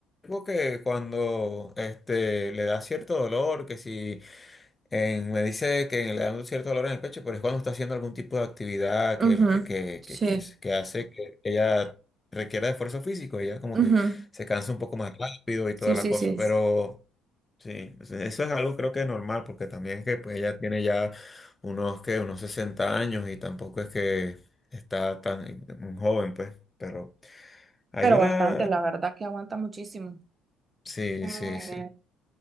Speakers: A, on the left; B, on the right.
A: que cuando este, le da cierto dolor, que si en- me dice que le da un cierto dolor en el pecho, pero es cuando está haciendo algún tipo de actividad que,
B: Ujú,
A: que,
B: Sí,
A: que, que, es- que hace que ella requiera de esfuerzo físico, ella como
B: ujú,
A: que se cansa un poco más rápido y
B: Sí,
A: toda la
B: sí,
A: cosa,
B: sí.
A: pero sí, o sea, eso es algo creo que es normal, porque también es que pues, ella tiene ya unos, que unos 60 años y tampoco es que está tan tan joven, pues, pero... Allí
B: Pero bastante,
A: la,
B: la verdad que aguanta muchísimo.
A: Sí,
B: Ujú.
A: sí, sí.